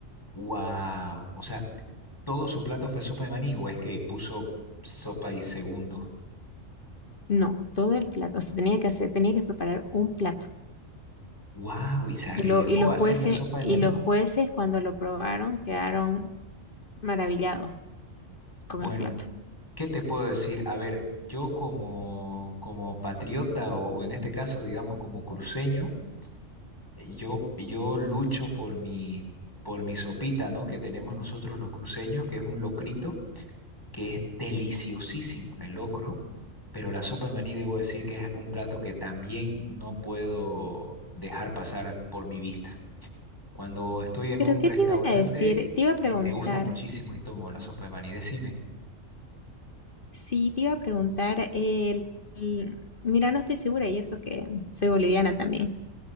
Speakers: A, on the left (about 15°); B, on the left (about 40°).
A: Wow, o sea, ¿todo su plato fue sopa de maní o es que puso sopa y segundo?
B: No, todo el plato. O sea, tenía que hacer, tenía que preparar un plato.
A: Wow, y se arriesgó
B: Y lo, y los
A: a
B: jueces,
A: hacer la sopa de
B: y
A: maní.
B: los jueces cuando lo probaron quedaron maravillados con
A: Bueno,
B: el plato.
A: ¿qué te puedo decir? A ver, yo como, como patriota o, o en este caso, digamos, como cruceño, eh, yo, yo lucho por mi, por mi sopita, ¿no? Que tenemos nosotros los cruceños, que es un locrito, que es deliciosísimo el locro, pero la sopa de maní debo decir que es un plato que también no puedo dejar pasar por mi vista. Cuando estoy en
B: Pero
A: un
B: ¿qué
A: restaurante,
B: te iba a decir? Te iba a preguntar.
A: me, me gusta muchísimo y tomo la sopa de maní. Decime.
B: Sí, te iba a preguntar, el, el- mira, no estoy segura y eso que soy boliviana también.